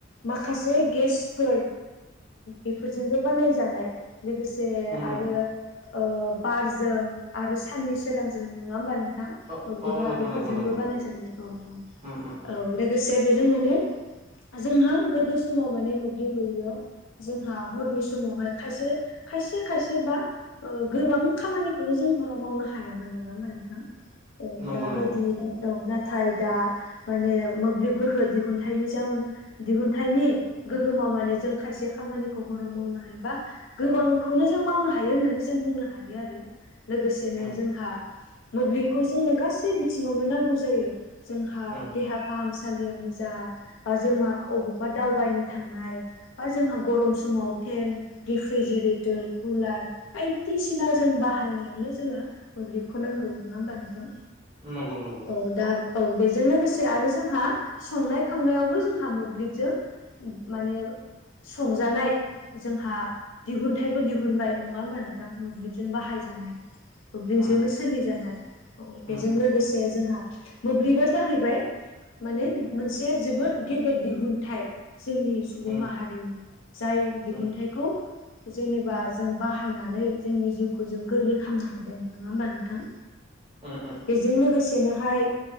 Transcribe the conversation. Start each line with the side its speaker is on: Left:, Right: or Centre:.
Left: माखासे गेसफोर बेफोरजोंबो बानायजानाय। लोगोसे
Right: उम
Left: आरो
Right: उम उम
Left: ओ- बारजों आरो साननि सोरांजों नङा होमबा नोंथां?
Right: औ
Left: मोब्लिबा
Right: औ नंगौ
Left: बेफोरजोंबो
Right: नंगौ नंगौ
Left: बानायजानाय औ औ
Right: उम उम उम
Left: औ लोगोसे बेजों माने जोंहा गोदो समाव माने मोब्लिब गैयैयाव जोंहा हरनि समावहाय खायसे खायसे खायसे बा गोबां खामानिखौनो जों हराव मावनो हायामोन नङा होमबा नोंथां? औ
Right: नंगौ
Left: दाबायदि
Right: नंगौ
Left: औ नाथाय दा माने मोब्लिब गोहो दिहुनथाइनि जाउन दिहुनथाइनि गोहोमाव माने जों खायसे खामानिखौ हराव मावनो हायोबा गोबांखौनो जों मावनो हायो होननानै जों बुंनो हायो आरो। लोगोसेनो
Right: उम
Left: जोंहा मोब्लिबखौ जोङो गासै बिथिङावनो नांगौ जायो। जोंहा
Right: उम
Left: देहा फाहामसालियानो जा बा जोंहा अबावबा दावबायनो थांनाय बा जोंहा गरम समाव फेन रिफ्रिजिरेटर कुलार बायदिसिना जों बाहायनायावनो जोङो मोब्लिबखौ नांगौ नङा होमबा नोंथां?
Right: नंगौ नंगौ
Left: औ दा औ बेजों लोगोसे आरो जोंहा संनाय खावनायावबो जोंहा मोब्लिबजों माने संजानाय जोंहा दिहुनथाइबो दिहुनबाय नङा होमबा नोंथां? मोब्लिब बाहाय जानाय मोब्लिंजोंनो
Right: उम
Left: सोलिजानाय बेजों
Right: उम उम
Left: लोगोसे बे जोंहा मोब्लिबा जाहैबाय माने
Right: उम
Left: मोनसे जोबोर गेदेर दिहुनथाइ। जोंनि सुबुं
Right: उम
Left: माहारिनि जाय दिहुनथाइखौ
Right: उम
Left: जेनेबा जों बाहायना जोंनि जिउखौ जों गोरलै खालामनो हादों नङा होमबा नोंथां
Right: उम उम
Left: बेजों लोगोसे जेनोहाय